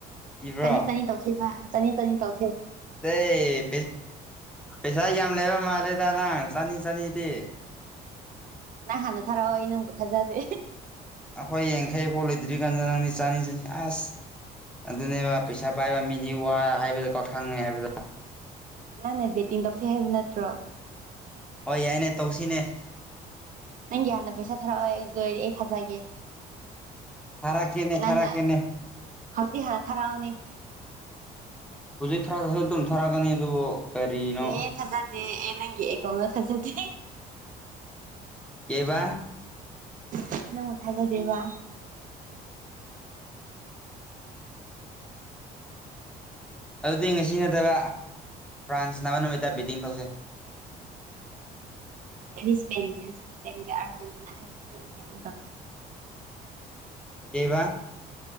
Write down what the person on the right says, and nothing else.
ꯆꯅꯤ ꯆꯅꯤ ꯇꯧꯁꯤ ꯆꯅꯤ ꯆꯅꯤ ꯇꯧ
ꯅꯪꯍ ꯅ ꯊꯔꯑꯣꯣꯏ ꯅꯪꯕꯨ ꯊꯥꯖꯗꯦ
ꯅꯪꯅꯦ ꯕꯦꯠꯇꯤꯡ ꯇꯧꯁ ꯍꯥꯏꯕ ꯅꯠꯇ꯭ꯔꯣ
ꯅꯪꯒꯤ ꯌꯥꯅ ꯄꯩꯁꯥ ꯊꯔꯛꯑꯣ ꯑꯗꯨ ꯑꯣꯏꯔꯗꯤ ꯑꯩ ꯊꯥꯖꯒꯦ
ꯅꯪ
ꯍꯧꯖꯤꯛ ꯍ ꯊꯥꯔꯛꯑꯣꯅꯦ
ꯑꯦ ꯊꯥꯖꯗꯦ ꯑꯦ ꯅꯪꯒꯤꯑ ꯀꯧꯅ ꯊꯥꯖꯗꯦ
ꯑꯦꯩꯅ ꯃꯨ ꯊꯥꯖ ꯗꯦꯕ
<unintelligible> ꯗꯤ ꯏꯁꯄꯦꯟꯖꯦꯟꯇꯤꯅꯥꯒ ꯇ